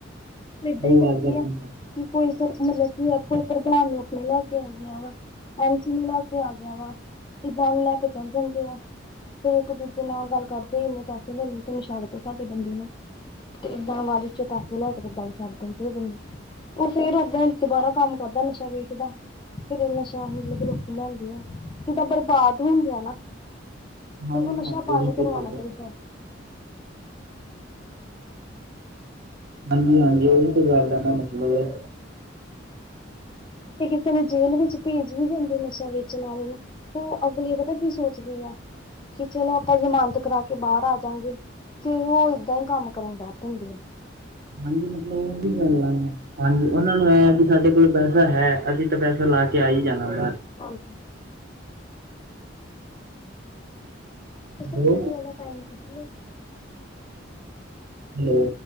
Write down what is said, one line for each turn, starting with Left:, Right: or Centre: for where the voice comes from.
Left: ਫ਼ਿਰ ਏਦਾਂ
Right: ਉਹ
Left: ਹੀ ਕਰਦੇ
Right: ਆਪਦਾ
Left: ਆ
Right: ਕੰਮ
Left: ਕਿ
Right: ਕਰ
Left: ਕੋਈ ਮਤਲਬ ਕੀ ਕੋਈ ਪ੍ਰਧਾਨ ਨੂੰ ਆਪਣੇ ਲੈ ਕੇ ਆਉਂਦੇ ਵਾ। ਐਸੀ ਨ ਲੈ ਕੇ ਆ ਗਿਆ ਵਾ ਕਿੱਦਾਂ ਨੂੰ ਲੈ ਕੇ ਚੱਲ ਜਾਂਦੇ ਆ। ਫੇਿਰ ਇੱਕ ਦੂਜੇ ਨਾਲ ਗੱਲ ਕਰਦੇ ਇੰਨੇ ਪੈਸੇ ਲੈ ਲਏ ਤੇ ਨਛਾੜ ਦਿ ਸਾਡੇ ਬੰਦੇ ਨੂੰ ਤੇ ਇੱਦਾਂ ਬਾਅਦ ਚੋਂ ਪੈਸੇ ਲੈ ਕੇ ਤੇ ਗੱਲ ਛਡ ਦਿੰਦੇ ਬੰਦੇ ਉਹ ਫੇਰ ਉਓਦਾਂ ਦੁਬਾਰਾ। ਕੰਮ ਕਰਦਾ ਨਸ਼ਾ ਵੇਚਦਾ ਫੇਿਰ ਨਸ਼ਾ ਮਤਲਬ ਰੋਕ ਲਿਆਂਦੀ ਆ ਜਿੱਦਾਂ ਬਰਬਾਦ ਹੋਣ ਗਿਆ ਨਾ ਤੇ
Right: ਹਾਂਜੀ
Left: ਉਹ ਨਸ਼ਾ
Right: ਹਾਂਜੀ
Left: ਬਦ
Right: ਉਹੀ
Left: ਕਰਵਾਉਣਾ
Right: ਤੇ ਗੱਲ
Left: ਚਾਹੀਦਾ।
Right: ਹੈ। ਹਾਂਜੀ ਹਾਂਜੀ ਉਹ ਵੀ ਤੇ ਗੱਲ ਹੈ ਨਾ ਮਤਲਬ ਹੈ।
Left: ਤੇ ਕਿਸੇ ਨੇ ਜੇਲ੍ਹ ਵਿੱਚ ਭੇਜ ਵੀ ਦਿੰਦੇ ਨਸ਼ਾ ਵੇਚਣ ਵਾਲੇ ਨੂੰ ਉਹ ਅਗਲੀ ਪਤਾ ਕੀ ਸੋਚਦੀ ਆ ਵੀ ਚਲੋ ਆਪਾਂ ਜ਼ਮਾਨਤ ਕਰਾ ਕੇ ਬਾਹਰ ਆ ਜਾਂਗੇ। ਫੇਰ ਉਹ ਏਦਾਂ ਹੀ ਕੰਮ ਕਰਨ ਡ ਦਿੰਦੇ
Right: ਹਾਂਜੀ ਮਤਲਬ ਉਹੀ ਗੱਲ ਆ ਮ ਹਾਂਜੀ ਉਹਨਾਂ ਨੂੰ ਐ ਵੀ ਸਾਡੇ ਕੋਲ ਪੈਸਾ ਹੈ ਅਸੀਂ ਤਾਂ ਪੈਸਾ ਲਾ ਕੇ ਆਈ ਜਾਣਾ ਬਾਹਰ।
Left: ਹਾਂਜੀ
Right: ਹੈਲੋ
Left: ਬਸ ਆਪਣੇ ਕੋਲ ਦਾ ਟਾਈਮ ਖਤ
Right: ਨੌ